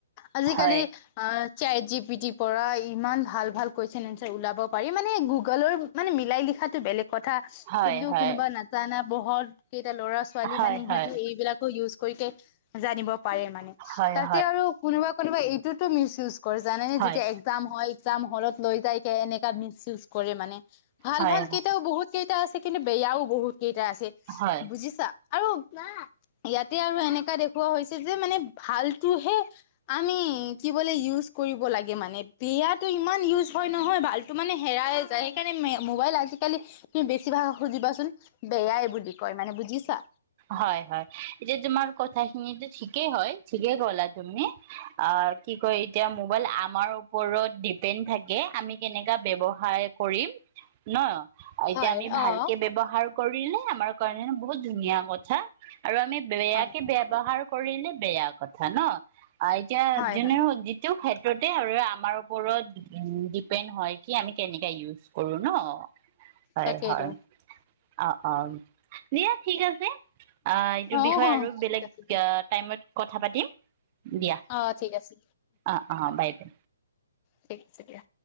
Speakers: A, on the left (about 30°); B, on the right (about 30°).
A: আজিকালি
B: হয়
A: অ', চেট জি পি টিৰ পৰা ইমান ভাল ভাল কুৱেচন এনচাৰ ওলাব পাৰি। মানে, গুগলৰ মানে মিলাই লিখাটো বেলেগ। কথা,
B: হয়
A: কিন্তু
B: হয়
A: কোনোবা নাজানা বহত কেইটা ল'ৰা ছোৱালী
B: হয়
A: মানে ইহঁতো
B: হয়
A: এইবিলাক ইউজ কৰিকে জানিব পাৰে মানে,
B: হয়
A: তাতে আৰু কোনোবা কোনোবা এইটোতো মিচ ইউজ তৰ জানে নে
B: হয়
A: যেতিয়া এক্সাম হয়, এক্সাম হ'লত লৈ যায় কে এনেকা মিচ ইউজ কৰে মানে। ভাল
B: হয়
A: ভাল
B: হয়
A: কেইটাও বহুত কেইটা আছে, কিন্তু বেয়াও বহুত কেইটা আছে
B: হয়
A: বুজিছা। আৰু ইয়াতে আৰু এনেকা দেখুওৱা হৈছে যে মানে ভালটোহে আমি কি বোলে ইউজ কৰিব লাগে মানে, বেয়াটো ইমান ইউজ হয় নহয়, ভাল টো মানে হেৰাই যায়, সেইকাৰণে মে মোবাইল আজিকালি তুমি বেছিভাগ সুধিবাচোন বেয়াই বুলি কয় মানে বুজিছা?
B: হয়, হয়। এতিয়া তোমাৰ কথাখিনিটো ঠিকে হয়, ঠিকেই ক'লা তুমি। অ', কি কয় এতিয়া মোবাইল আমাৰ ওপৰত ডিপেণ্ড থাকে, আমি কেনেকা ব্যৱহাৰ কৰিম ন? এতিয়া
A: হয়
B: আমি
A: অ'।
B: ভালকে ব্যৱহাৰ কৰিলে আমাৰ কাৰণে বহুত ধুনীয়া কথা। আৰু আমি বেয়াকে
A: হয়
B: ব্যৱহাৰ কৰিলে বেয়া কথা ন। আ এতিয়া
A: হয়
B: যেনে
A: হয়
B: হওঁক যি টো ক্ষেত্ৰতে আৰু আমাৰ ওপৰত ডিপেণ্ড হয় কি আমি কেনেকা ইউজ কৰো ন। হয়,
A: তাকেইতো
B: হয়। অ', অ', দিয়া ঠিক আছে। অ', এইটোৰ
A: অ'
B: বিষয়ে আৰু বেলেগ
A: ঠিক আছে দিয়া।
B: টাইমত কথা পাতিম দিয়া।
A: অ', ঠিক আছে।
B: অ', অ', বাই দে।
A: ঠিক আছে দিয়া।